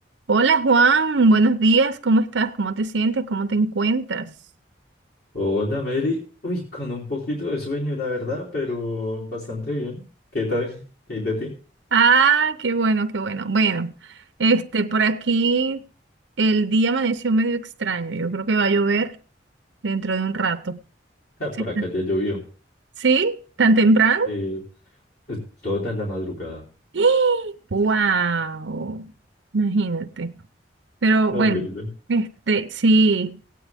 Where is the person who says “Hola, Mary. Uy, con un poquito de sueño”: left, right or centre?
Left